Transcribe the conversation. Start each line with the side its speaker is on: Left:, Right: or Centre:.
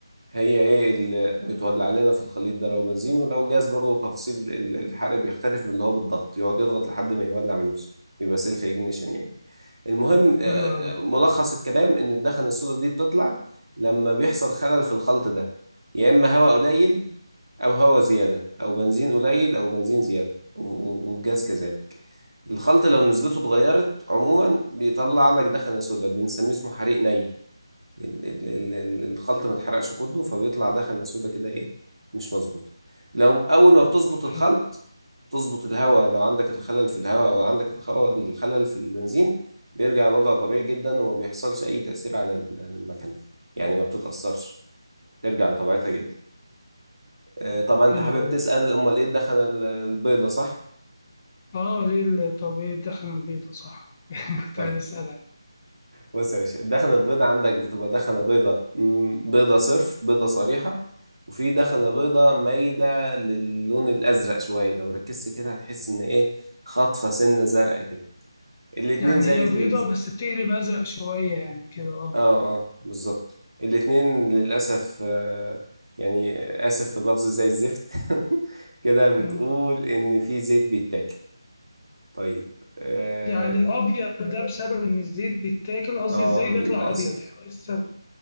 Right: هي ايه اللي بتولع لنا في الخليط ده لو بنزين ولو جاز برضه تفاصيل ال- الحرق بيختلف من اللي هو بالضغط يقعد يضغط لحد ما يولع من نفسه بيبقى سيلف اجنيشن يعني المهم آه،
Left: حلو قوي
Right: آه، ملخص الكلام ان الدخن السودا دي بتطلع لما بيحصل خلل في الخلط ده يا اما هواء قليل او هواء زياده او بنزين قليل او بنزين زياده و- و- والجاز كذلك الخلط لو نسبته اتغيرت عموما بيطلع لك دخنة سودا بنسميه اسمه حريق ني ال- ال- ال- ال- الخلط ما اتحرقش كله فبيطلع ده خلة سودا كده ايه مش مظبوطة لو اول ما بتظبط الخلط
Left: حلو
Right: تظبط الهواء لو عندك الخلل في الهواء او عندك الخو- الخلل في البنزين بيرجع لوضع طبيعي جدا وما بيحصلش اي تأثير على ال- المكنة يعني ما بتتأثرش ترجع لطبيعتها جدا آه، طبعا انت
Left: حلو
Right: حابب
Left: قوي
Right: تسأل امال ايه الدخنة ال- البيضة صح؟
Left: اه ليه ال- طب ايه الدخن البيضة صح <laughs> يعني كنت
Right: طيب
Left: عايز اسالك
Right: بص يا باشا الدخنة البيضاء عندك بتبقى دخنة بيضاء مم، بيضاء صرف بيضاء صريحة وفي دخنة بيضاء مايلة للون الأزرق شوية لو ركزت كده هتحس إن إيه خطفة سنة زرقاء كده الاتنين
Left: يعني
Right: زي
Left: هي
Right: ال...
Left: بيضة بس بتقلب ازرق شوية يعني كده اه
Right: آه آه بالظبط الاتنين للأسف آه يعني آسف في اللفظ زي الزفت <laughs> كده بتقول
Left: آه.
Right: إن في زيت بيتاكل طيب آه,
Left: يعني الابيض ده بسبب ان الزيت بيتاكل قصدي
Right: آه
Left: ازاي
Right: للأسف
Left: بيطلع ابيض يعني إيه السبب